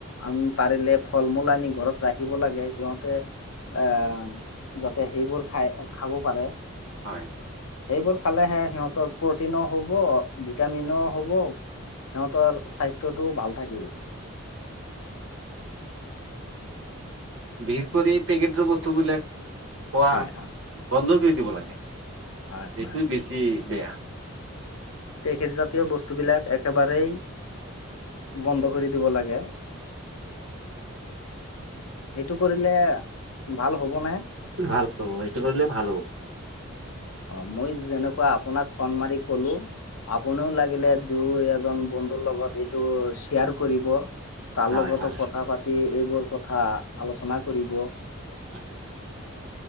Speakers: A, on the left; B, on the right.
A: আমি পাৰিলে ফল মূল আনি ঘৰত ৰাখিব লাগে সিহঁতে আহ যাতে সেইবোৰ খাই খাব পাৰে
B: হয়।
A: সেইবোৰ খালেহে সিহঁতৰ প্ৰটিনো হ'ব ভিটামিনও হব। সিতৰ স্বাস্থ্যটো ভাল থাকিব
B: বিশেষ কৰি পেকেটৰ বস্তুবিলাক খোৱা
A: হয় হয়
B: বন্ধ কৰি দিব লাগে এইটো
A: হয় হয়।
B: বেছি বেয়া।
A: পেকেট জাতীয় বস্তুবিলাক একেবাৰেেই বন্ধ কৰি দিব লাগে। সেইটো কৰিলে ভাল হব নাই।
B: ভাল হ'ব এইটো কৰিলে ভাল হ'ব।
A: অঁ, মই যেনেকুৱা আপোনাক ফোন মাৰি কলো। আপুনিও লাগিলে দুই এজন বন্ধুৰ লগত এইটো শ্বেয়াৰ কৰিব। তাৰ
B: হয়
A: লগতো
B: হয়
A: কথা পাতি এইবোৰ কথা আলোচনা কৰিব।
B: হয়।